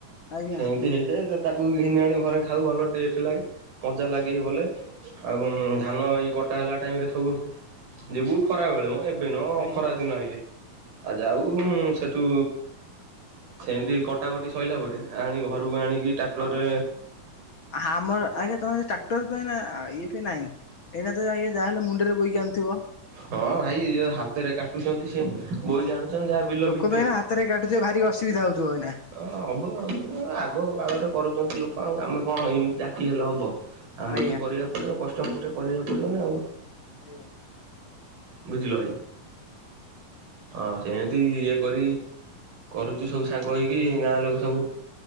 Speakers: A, on the left (about 45°); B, on the right (about 85°).
A: ଆଜ୍ଞା
B: ସେନ୍ତି ହେଇଯାଏ। ତାକୁ ଘିନି ଆଣି ଘରେ ଖାଉ ଭଲ ଟେଷ୍ଟ ଲାଗେ ମଜା ଲାଗେବି ଭଲେ। ଆଉ ଆମ ଧାନ ଏଇ କଟା ହେଲା। ଟାଇମରେ ସବୁ ଯିବୁ ଖରା ବେଳେ ମ ଏବେ ନୁଅ
A: ଆଜ୍ଞା।
B: ଖରା ଦିନ ଆଇଲେ। ଆଉ ଯାଉଁ ସେଠୁ ସେମିତି କଟାକଟି ସଇଲା ପରେ ଆଣି ଘରକୁ ଆଣିକି ଟାକ୍ଟରରେ
A: ଆମର ଆଜ୍ଞା ତମେ ଟା କ୍ଟର ପାଇଁ ନା <unintelligible> ନାହିଁ ଏଇନା ତ ଆଜ୍ଞା ଯାହାହେଲେ ମୁଣ୍ଡରେ ବୋଇକି ଆନୁଥୁବ।
B: ହଁ ଭାଇ ଯିଏ ହାତରେ କାଟୁଚନ୍ତି ସିଏ ବୋଇକି ଆଣୁଚନ୍ତି ଆଉ ବିଲ ଭି
A: <unintelligible> ହାତରେ କାଟୁଥିବେ ଭାରି ଅସୁବିଧା ହଉଥୁବ ଏଇନା।
B: ହଁ ହବ ଆଗ କାଳରେ କରୁଚନ୍ତି ଲୋକ ଆଉ ଆମେ କଣ ଏମତି ଜାକି ହେଲେ ହବ। ଆମେ
A: ଆଜ୍ଞା
B: ବି କରିବାକୁ ପଡିବ କଷ୍ଟମଷ୍ଟେ କରିବାକୁ ପଡିବ ନା ଆଉ।
A: ଆଜ୍ଞା।
B: ବୁଝିଲ ଭାଇ ହଁ ସେମିତି ଇଏ କରି କରୁଚି ସବୁ ସାଙ୍ଗ ହେଇକି ଗାଁ ଲୋକ ସବୁ।